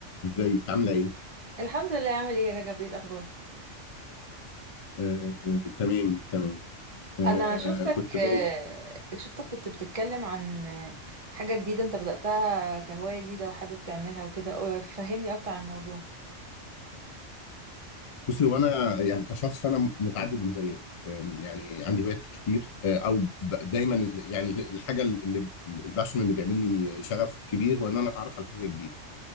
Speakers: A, on the left; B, on the right.
A: ازيك عامله ايه؟
B: الحمد لله عامل ايه يا رجب ايه الاخبار
A: آه آه، تمام تمام آه
B: انا شفتك
A: كنت بقول
B: آه، شفتك كنت بتتكلم عن آه، حاجة جديدة انت بدأتها كهواية جديدة وحابب تعملها وكده أو- فهمني اكتر عن الموضوع
A: بصي هو انا يعني كشخص انا متعدد الهوايات آه يعني عندي هوايات كتير آه او ب- دايما ال- يعني الحاجه اللي الباشن اللي بيعمل لي شغف كبير هو ان انا اتعرف على حاجه جديده